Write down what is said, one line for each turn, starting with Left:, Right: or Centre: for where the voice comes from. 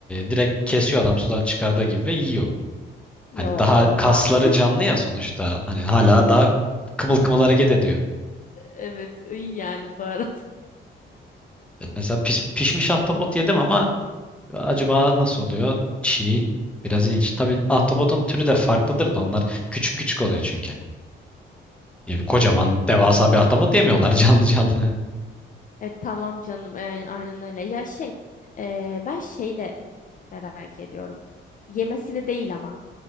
Centre: direkt kesiyor adam sudan çıkardığı gibi ve yiyor. Hani
Left: Ya
Centre: daha
Left: oha.
Centre: kasları
Left: <laughs>
Centre: canlı ya sonuçta. Hani hala daha kımıl kımıl hareket ediyor.
Left: Evet iyi yani baharat.
Centre: Evet, Mesela pis- pişmiş ahtapot yedim ama acaba nasıl oluyor? Çiğ. Biraz ilginç. Tabii ahtapotun türü de farklıdır da onlar küçük küçük oluyor çünkü. Yani kocaman devasa bir ahtapot yemiyorlar <laughs> canlı canlı.
Left: E, tamam canım. E, aynen öyle. Ya şey. e, ben şeyde Merak ediyorum. Yemesini değil ama.